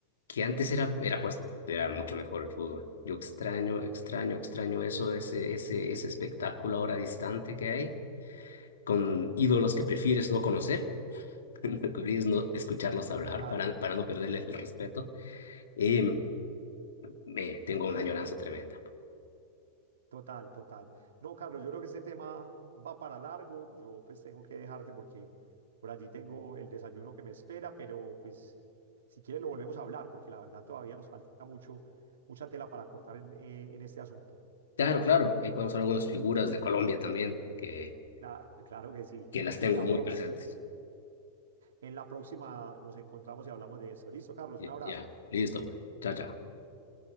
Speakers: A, on the left; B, on the right.
A: que antes era, era, pues, era mucho mejor el fútbol. Yo extraño, extraño, extraño eso, ese, ese, ese espectáculo ahora distante que hay, con ídolos que prefieres no conocer, <laughs> prefieres no escucharlos hablar
B: Total.
A: para, para no perderles el respeto. Em, eh, tengo una añoranza tremenda.
B: Total, total. No, Carlos, yo creo que este tema va para largo. Yo pues tengo que dejarte porque por allí tengo el desayuno que me espera, pero pues si quieres lo volvemos a hablar porque la verdad todavía nos falta mucho, mucha tela para cortar en, eh, en este asunto.
A: Claro, claro, ahí podemos ver algunas figuras de Colombia también, que,
B: Cla- claro que sí.
A: que las tengo
B: En la
A: muy
B: prox-
A: presentes.
B: en la próxima nos encontramos y hablamos de eso. Listo, Carlos,
A: Ya,
B: un abrazo.
A: ya, listo, pues. Chao, chao.
B: Mm.